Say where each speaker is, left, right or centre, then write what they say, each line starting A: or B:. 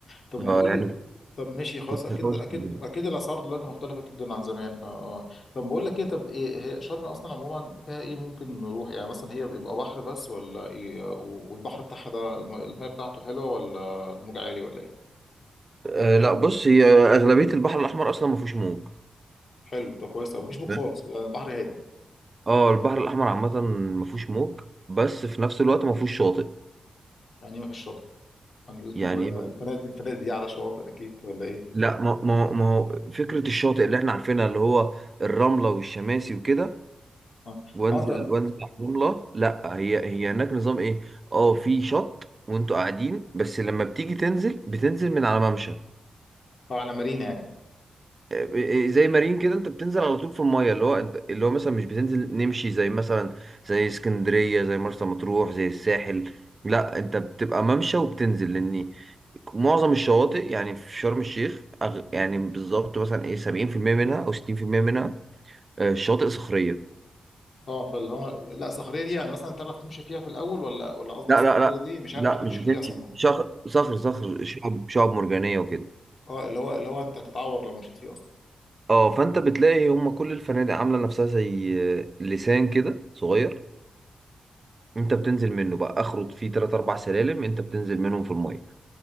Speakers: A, on the left (about 60°); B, on the right (about 35°).
A: طب ما
B: آه،
A: تقول
B: يعني
A: لي طب ماشي خلاص
B: كنت
A: اكيد
B: خمس
A: اكيد
B: سنين.
A: اكيد الاسعار دلوقتي مختلفه جدا عن زمان فا اه طب بقول لك ايه طب ايه هي شرم اصلا عموما فيها ايه ممكن نروح يعني مثلا هي بيبقى بحر بس ولا ايه و- والبحر بتاعها ده الم- الميه بتاعته حلوه ولا الموج عالي ولا ايه
B: آه لا بص هي اغلبيه البحر الاحمر اصلا ما فيهوش موج
A: حلو طب كويس او مفيش موج
B: فاهم؟
A: خالص يعني البحر هادي
B: اه البحر الاحمر عامه ما فيهوش موج بس في نفس الوقت ما فيهوش شاطئ
A: يعني ما فيش شاطئ يعني <laughs>
B: يعني إيه؟
A: الفنادق الفنادق دي على شواطئ اكيد ولا ايه
B: لا ما ما ما هو فكره الشاطئ اللي احنا عارفينها اللي هو الرمله والشماسي وكده
A: اه
B: وانزل
A: اه انت آه،
B: وانزل على الرمله لا هي هي هناك نظام ايه اه في شط وانتوا قاعدين بس لما بتيجي تنزل بتنزل من على ممشى
A: على مارينا يعني
B: آه، زي مارين كده انت بتنزل على طول في المايه اللي هو انت اللي هو مثلا مش بتنزل نمشي زي مثلا زي اسكندريه زي مرسى مطروح زي الساحل لا انت بتبقى ممشى وبتنزل لان معظم الشواطئ يعني في شرم الشيخ أغ... يعني بالظبط مثلا ايه 70% منها او 60% منها آه، شواطئ صخريه
A: اه فاللي هو لا صخريه دي يعني مثلا تعرف تمشي فيها في الاول ولا ولا قصدك
B: لا
A: صخريه
B: لا لا
A: دي مش هينفع
B: لا
A: تمشي
B: مش بتمشي
A: فيها اصلا
B: شخ... صخر صخر شعب شعب مرجانيه وكده
A: اه اللي هو اللي هو انت هتتعور لو مشيت فيه اصلا
B: اه فانت بتلاقي هم كل الفنادق عامله نفسها زي آه، لسان كده صغير انت بتنزل منه بقى اخره فيه تلات اربع سلالم انت بتنزل منهم في الميه